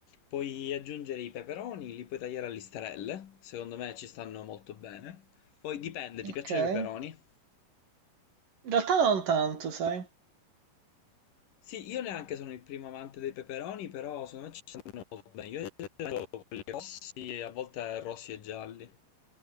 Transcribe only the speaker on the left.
puoi aggiungere i peperoni, li puoi tagliare a listarelle. Secondo me ci stanno molto bene. Poi dipende, ti
piacciono
i peperoni?
Sì, io neanche sono il primo amante dei peperoni, però secondo me ci sono bene. Io ho quelli rossi, a volte rossi e gialli.